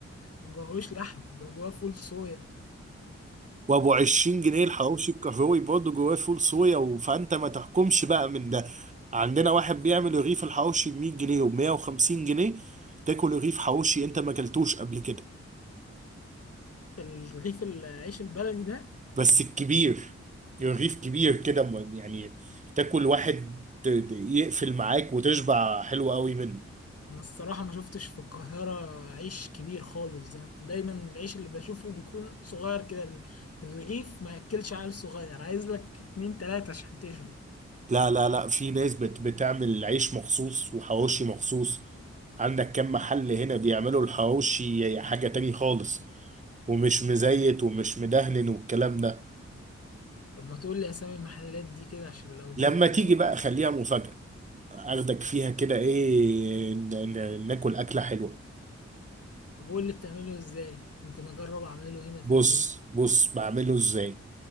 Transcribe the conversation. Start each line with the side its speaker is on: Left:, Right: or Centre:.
Left: ما جواهوش لحمة بيبقى جواه فول صويا
Right: وابو 20 جنيه الحواوشي الكهروي برضه جواه فول صويا و- فانت ما تحكمش بقى من ده عندنا واحد بيعمل رغيف الحواوشي ب 100 جنيه و 150 جنيه تاكل رغيف حواوشي انت ما اكلتوش قبل كده
Left: الرغيف العيش البلدي ده
Right: بس الكبير رغيف كبير كده م- يعني تاكل واحد ت- ت- يقفل معاك وتشبع حلو قوي منه
Left: انا الصراحة ما شفتش في القاهرة عيش كبير خالص يعني دايما العيش اللي بشوفه بيكون صغير كده ال- الرغيف ما ياكلش عيل صغير عايز لك اتنين تلاتة عشان تشبع
Right: لا لا لا في ناس بت بتعمل عيش مخصوص وحواوشي مخصوص عندك كم محل هنا بيعملوا الحواوشي حاجة تاني خالص ومش مزيت ومش مدهن والكلام ده
Left: طب ما تقول لي اسامي المحلات دي كده عشان لو
Right: لما
Left: جيت في
Right: تيجي
Left: مرة
Right: بقى خليها مفاجأة اخدك فيها كده ايه ن- ن- ناكل أكلة حلوة
Left: طب قول لي بتعمله ازاي يمكن اجرب اعمله هنا
Right: بص
Left: في البيت
Right: بص بعمله ازاي